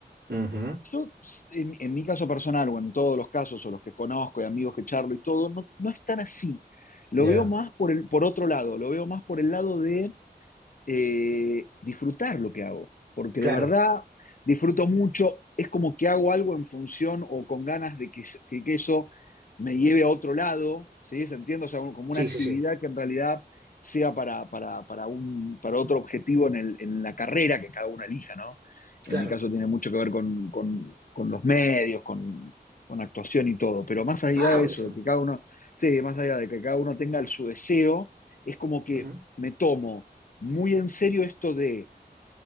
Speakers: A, on the right; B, on the left.
A: ujú.
B: Yo, s- en, en mi caso personal o en todos los casos o los que conozco y amigos que charlo y todo, no, no es tan así. Lo
A: Ya.
B: veo más por el, por otro lado, lo veo más por el lado de eh, disfrutar lo que hago, porque
A: Claro.
B: de verdad disfruto mucho, es como que hago algo en función o con ganas de que, que, que eso me lleve a otro lado, ¿sí? ¿Se entiende? O sea, un, como una
A: Sí,
B: actividad
A: sí, sí.
B: que en realidad sea para, para, para, un, para otro objetivo en, el, en, la carrera que cada uno elija, ¿no? En
A: Claro.
B: mi caso tiene mucho que ver con, con, con los medios, con, con, actuación y todo, pero más allá
A: Ah,
B: de
A: buenísimo.
B: eso, de que cada uno, sí, más allá de que cada uno tenga el, su deseo, es como que
A: Ujú,
B: me tomo muy en serio esto de